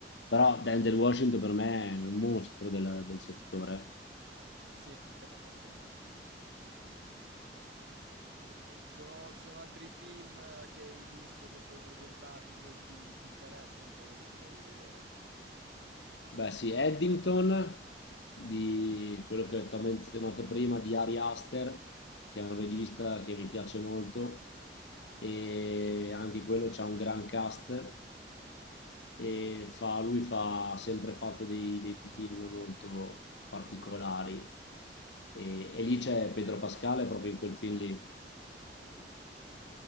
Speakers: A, on the left (about 85°); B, on the right (about 75°).
A: Però Denzel Washington per me è un mostro del, del settore.
B: Sì, anche a me piace, piace tantissimo come attore. Eh, ci sono, ci sono altri film eh, che hai visto, che sono presentati, che ti, ti interessano, che avresti voglia di vedere?
A: Beh, sì, Eddington, di quello che ti ho menzionato prima, di Ari Aster, che è un regista che mi piace molto, e anche quello c'ha un gran cast, e fa- lui fa, ha sempre fatto dei, dei film molto particolari, e, e lì c'è Pedro Pascale proprio in quel film lì.
B: Ok. Eh,